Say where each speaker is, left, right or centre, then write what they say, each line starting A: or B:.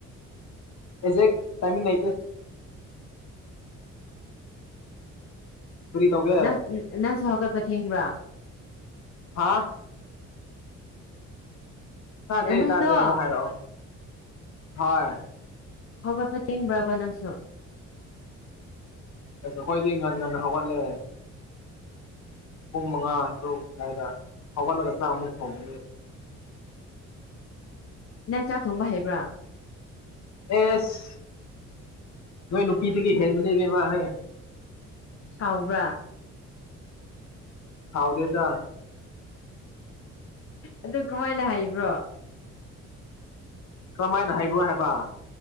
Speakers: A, on the left; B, on the left.
A: ꯑꯦꯛꯖꯦꯛ ꯇꯥꯏꯃꯤꯡ ꯂꯩꯇꯦ꯫ ꯀꯔꯤ ꯇꯧꯒꯦ
B: ꯅꯪ ꯅꯪꯁꯨ ꯍꯧꯒꯠꯄ ꯊꯦꯡꯕ꯭ꯔꯥ꯫
A: ꯍꯥꯥ꯫ ꯇꯥꯗꯦ-ꯇꯥꯗꯦ
B: ꯅꯪꯗꯣ
A: ꯑꯃꯨꯛ ꯍꯥꯏꯔꯛꯑꯣ ꯍꯣꯏ꯫
B: ꯍꯧꯒꯠꯄ ꯊꯦꯡꯕ꯭ꯔꯕ ꯅꯪꯁꯨ꯫
A: ꯑꯁ ꯑꯈꯣꯏꯗꯤ ꯉꯟ ꯉꯟꯅ ꯍꯧꯒꯠꯂꯦ꯫ ꯄꯨꯡ ꯃꯉꯥ ꯇꯔꯨꯛ ꯑꯗꯨꯋꯥꯏꯗ ꯍꯧꯒꯠꯂꯒ ꯆꯥꯛ ꯑꯃꯨꯛ ꯊꯣꯡꯒꯅꯤ꯫
B: ꯅꯪ ꯆꯥꯛ ꯊꯣꯡꯕ ꯍꯩꯕ꯭ꯔꯥ꯫
A: ꯑꯦꯁ ꯅꯣꯏ ꯅꯨꯄꯤꯗꯒꯤ ꯍꯦꯟꯕꯅꯦ ꯏꯕꯦꯝꯃꯥ ꯍꯦ꯫
B: ꯁꯥꯎꯕ꯭ꯔꯥ꯫
A: ꯁꯥꯎꯗꯦꯗꯥ꯫
B: ꯑꯗꯨ ꯀꯃꯥꯏꯅ ꯍꯥꯏꯕ꯭ꯔꯣ꯫
A: ꯀ꯭ꯔꯃꯥꯏꯅ ꯍꯥꯏꯕ꯭ꯔꯣ ꯍꯥꯏꯕꯥ꯫